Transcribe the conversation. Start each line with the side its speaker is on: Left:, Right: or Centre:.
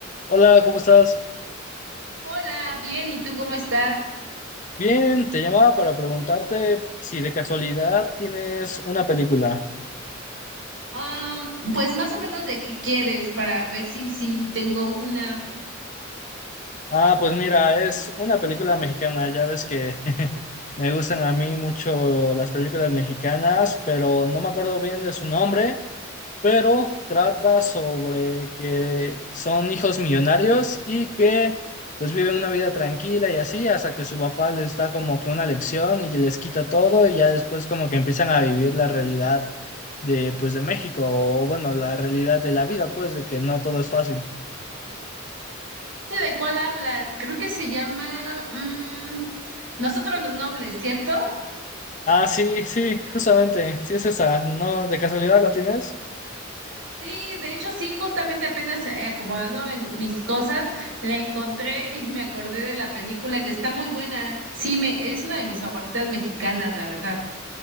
Left: Hola, ¿cómo estás?
Right: Hola, bien, ¿y tú cómo estás?
Left: Bien, te llamaba para preguntarte si de casualidad tienes una película.
Right: Am, pues más o menos de qué quieres para ver si si tengo una.
Left: Ah, pues mira, es una película mexicana. Ya ves que <laughs> me gustan a mí mucho las películas mexicanas, pero no me acuerdo bien de su nombre, pero trata sobre que son hijos millonarios y que pues viven una vida tranquila y así hasta que su papá les da como que una lección y les quita todo y ya después como que empiezan a vivir la realidad. de, pues, de México, o bueno, la realidad de la vida, pues, de que no todo es fácil.
Right: ¿De cuál hablas? Creo que se llama mm, Nosotros los Nobles, ¿cierto?
Left: Ah, sí, sí, justamente, sí es esa, ¿no? ¿De casualidad la tienes?
Right: Sí, de hecho sí, justamente apenas eh, acomodando en mis cosas la encontré y me acordé de la película que está muy buena. Sí, me es una de mis favoritas mexicanas, la verdad.